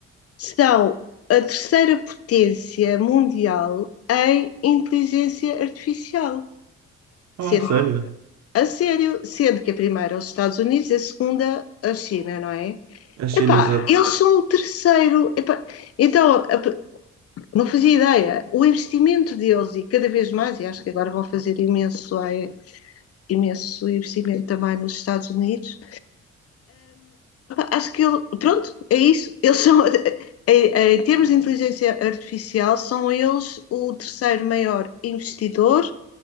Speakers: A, on the left; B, on the right.
A: são a terceira potência mundial em inteligência artificial.
B: Oh,
A: Sendo,
B: sério?
A: a sério, sendo que a primeira é os Estados Unidos e a segunda a China, não é?
B: A China,
A: Epá,
B: exato.
A: eles são o terceiro. Epá, então, a pe- não fazia ideia. O investimento deles, e cada vez mais, e acho que agora vão fazer imenso, eh, imenso investimento também nos Estados Unidos acho que ele, pronto, é isso. Eles são, <laughs> em, termos de inteligência artificial, são eles o terceiro maior investidor